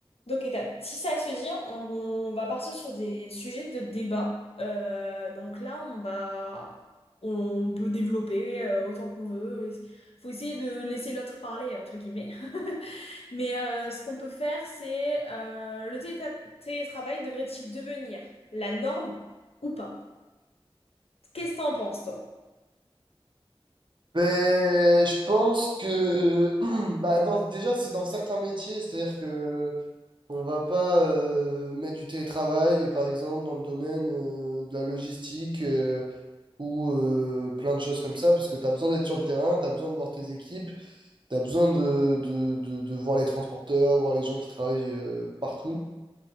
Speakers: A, on the left; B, on the right.
A: Donc, étape. Si ça se dit, on, on va partir sur des sujets de débat. Euh, donc là, on va, on peut développer euh, autant qu'on veut. Faut essayer de laisser l'autre parler, entre guillemets. <laughs> Mais euh, ce qu'on peut faire, c'est euh, le télétra- télétravail devrait-il devenir la norme ou pas? Qu'est-ce que t'en penses, toi?
B: Ben, je pense que <clears throat> bah, dans, déjà c'est dans certains métiers, c'est-à-dire que on va pas euh, mettre du télétravail, par exemple, dans le domaine euh, de la logistique euh, ou euh, plein de choses comme ça, parce que tu as besoin d'être sur le terrain, tu as besoin de voir tes équipes, tu as besoin de, de, de, de voir les transporteurs, voir les gens qui travaillent euh, partout.